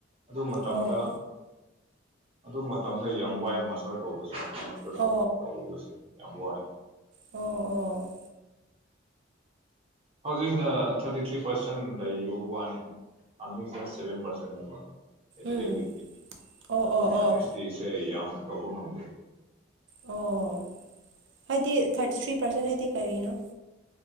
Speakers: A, on the right (about 30°); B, on the right (about 75°).
A: ꯑꯗꯨ ꯃꯇꯝꯗ
B: ꯑꯣ
A: ꯑꯗꯨ ꯃꯇꯝꯗ ꯌꯥꯝ ꯋꯥꯏꯑ ꯃꯥꯁꯇꯔ ꯇꯧꯕꯁꯦ ꯃꯣꯊꯣꯛ
B: ꯑꯣ
A: ꯇꯧꯕꯁꯦ ꯌꯥꯝ ꯋꯥꯏ
B: ꯑꯣ ꯑꯣ
A: ꯍꯧꯖꯤꯛꯅ ꯊꯥꯔꯇꯤ ꯊ꯭ꯔꯤ ꯄꯥꯔꯁꯦꯟ ꯂꯩꯕꯕꯨ ꯋꯥꯅꯤ ꯑꯃꯤꯛ ꯁꯚꯦꯟ ꯄꯥꯔꯁꯦꯟꯅꯕ ꯑꯦꯁ
B: ꯎꯝ
A: ꯇꯤꯒꯤ
B: ꯑꯣ
A: ꯑꯗꯨꯅ
B: ꯑꯣ ꯑꯣ
A: ꯑꯦꯁ ꯇꯤꯁꯦ ꯌꯥꯝꯅ ꯇꯧꯕ ꯉꯝꯗꯦ
B: ꯑꯣ ꯍꯥꯏꯗꯤ ꯊꯥꯔꯇꯤ ꯊ꯭ꯔꯤ ꯄꯥꯔꯁꯦꯟ ꯍꯥꯏꯗꯤ ꯀꯔꯤꯅꯣ